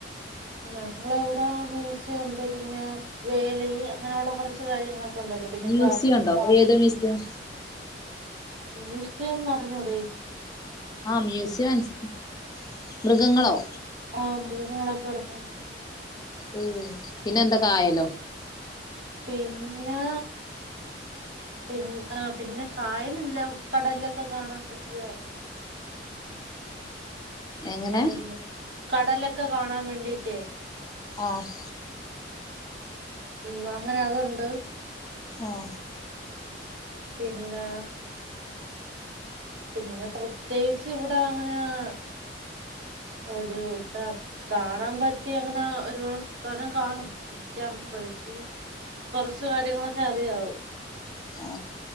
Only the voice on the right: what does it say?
ഞങ്ങളിവ്ടെ മ്യൂസിയൊണ്ട് പിന്നെ വേളി അങ്ങനൊള്ള കൊറച്ച് കാര്യങ്ങളൊക്കെ ഉണ്ടല്ലോ പിന്നെ
കാപ്പ്
പാർക്ക്
മ്യൂസിയം മറിഞ്ഞൂടേ
ആ മൃഗങ്ങളൊക്കെ കെട്ക്കണ സല
പിന്നെ പിൻ ആ പിന്നെ കായലെല്ലാം കടല്ലൊക്കെ കാണാമ്പറ്റിയ
അങ്ങനെരുത് കടലെക് ക്കെ കാണാവേണ്ടിട്ടേ
ഉം അങ്ങനെ അതുണ്ട്
പിന്നെ പിന്നെ പ്രത്യേച്ച് ഇവിടെ അങ്ങനെ ആ ഒരു ഇവ്ടെ കാണാമ്പറ്റിര അങ്ങനെ ഒരുപാട് സ്ഥലം കാണും എനിക്കറിഞ്ഞൂടാ എക്ക് കൊറച്ച കാര്യങ്ങളൊക്കേ അറിയാവൂ